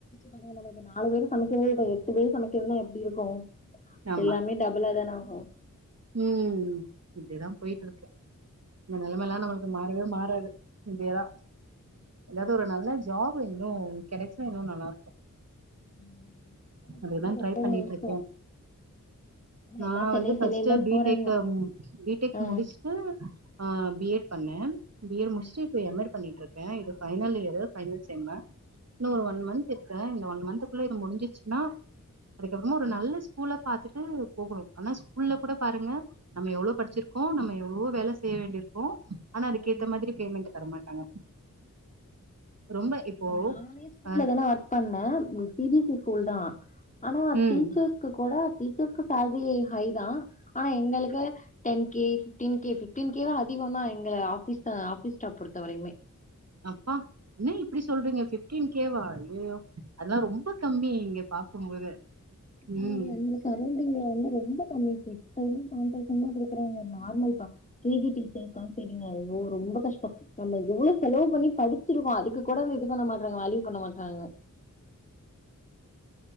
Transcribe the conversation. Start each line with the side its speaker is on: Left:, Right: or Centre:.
Left: பரவால்ல இப்ப நாலு பேர் சமைக்கறது இப்ப எட்டு பேர் சமைக்கிறதுன்னா எப்டி இருக்கோ
Right: ஆமா.
Left: எல்லாமே டபுளா தான ஆகும்
Right: ம் இப்டிதான் போயிட்ருக்கு இந்த நெலம எல்லா நம்மளுக்கு மாறவே மாறாது இப்டியேதா எதாது ஒரு நல்ல ஜாப் இன்னும் கெடைச்சா இன்னு நல்லா இருக்கும்
Left: ம்
Right: அதுதா
Left: சென்னை ரொம்ப
Right: ட்ரை பண்ணிட்ருக்கே
Left: மோசோ ஆனா
Right: நா
Left: எல்லா சென்னை
Right: வந்து ஃபஸ்ட்டுப்
Left: சென்னைன்னு தா
Right: பி
Left: போறாங்க
Right: டெக் பி டெக்
Left: ஆ
Right: முடிச்ட்டு ஆ பி எட் பண்ணே பி யெடு
Left: ம்
Right: முடிச்ட்டு இப்ப எம் யெடு பண்ணிட்ருக்க இது பைனல் இயரு பைனல் செம்மு இன்னு
Left: ம்
Right: ஒரு ஒன் மந்த் அ இந்த ஒன் மந்த்க்குள்ள இது முடிஞ்சிச்சுன்னா அதுக்கப்புறமா ஒரு நல்ல ஸ்கூல்லா பாத்துட்டு போகணு ஆனா ஸ்கூல்ல கொட பாருங்க நம்ம எவ்ளோ படிச்சிருக்கோ நம்ம எவ்ளோ வேல செய்ய வேண்டியிருக்கோ ஆனா அதுக்கேத்த
Left: ம்
Right: மாதிரி பேமெண்ட் தரமாட்டாங்க ரொம்ப இப்போ
Left: நானே ஸ்கூல்லதன
Right: அ
Left: ஆர் பண்ண சி பி சி ஸ்கூல் தான் ஆனா
Right: ம்
Left: டீச்சர்ஸ் க்கு கொட டீச்சர்ஸ்கு சேலரி ஹை தான் ஆனா எங்களுக்கு ten K fifteen K fifteen K வே அதிகம் தான் எங்க ஆபீஸா ஆபீஸ் ஸ்டாப் பொருத்த வரயுமே
Right: அப்பா என்ன இப்டி சொல்றீங்க பிப்டீன் கேவா அய்யயோ அதெல்லா ரொம்ப கம்மி இங்க பாக்கும்போது ம்
Left: நீ அந்த சரௌண்டிங்ல வந்து ரொம்ப கம்மி சைஸ் டெய்லி கவுண்டர்ஸ்லாகேக்குறாங்க நார்மல் பா ப்ரீ கே ஜி டீச்சர்க்கான் செய்றீங்க அய்யோ ரொம்ப கஷ்டம் நம்ம எவ்வளோ செலவு பண்ணி படிச்சிருக்கோம் அதுக்கு கொட அந்த இது பண்ண மாட்றாங்க வலிவ் பண்ண மாட்றாங்க